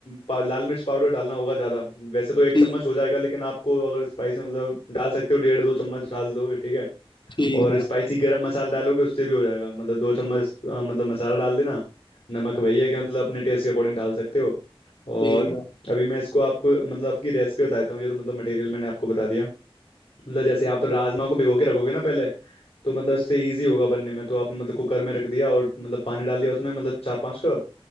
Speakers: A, on the left; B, on the left.
A: पा- लाल मिर्च पाउडर डालना होगा ज़्यादा वैसे तो एक
B: ठीक
A: चम्मच हो जाएगा लेकिन आपको अगर स्पाइसी मतलब डाल सकते हो डेढ़ दो चम्मच डाल दोगे ठीक है
B: ठीक
A: और
B: है
A: स्पाइसी गरम मसाला डालोगे उससे भी हो जाएगा मतलब दो चम्मच अ, मतलब मसाला डाल देना नमक वही है कि मतलब अपने टेस्ट के अकॉर्डिंग डाल सकते हो और
B: ठीक है
A: अभी मैं इसको आपको मतलब आपकी रेसिपी बताता हूँ ये तो मतलब मटेरियल मैंने आपको बता दिया मतलब जैसे आप राजमा को भिगो के रखोगे ना पहले तो मतलब उससे इजी होगा बनने में तो आप मतलब कुकर में रख दिया और मतलब पानी डाल दिया उसमें मतलब चार पांच कप